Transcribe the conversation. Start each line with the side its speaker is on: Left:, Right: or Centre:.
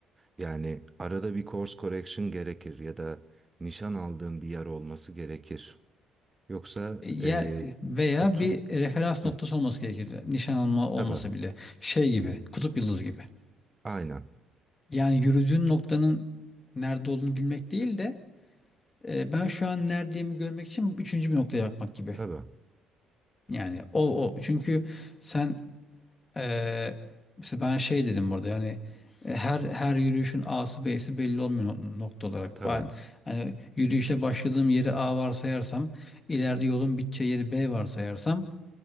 Right: Yani arada bir course correction gerekir ya da nişan aldığın bir yer olması gerekir. Yoksa
Left: E, Yer
Right: eee,
Left: veya
Right: otur...
Left: bir referans
Right: Hı,
Left: noktası olması gerekir. Nişan alma olmasa
Right: tabii,
Left: bile şey gibi, kutup yıldızı gibi.
Right: aynen,
Left: Yani yürüdüğün noktanın nerede olduğunu bilmek değil de e, ben şu an neredeyimi görmek için üçüncü bir noktaya bakmak gibi.
Right: tabii,
Left: Yani o o çünkü sen Ee, mesela ben şey dedim burada yani e, her her yürüyüşün A'sı B'si belli olmuyor nok- nokta olarak.
Right: tabii,
Left: Ben hani yürüyüşe başladığım yeri A varsayarsam ileride yolun biteceği yeri B varsayarsam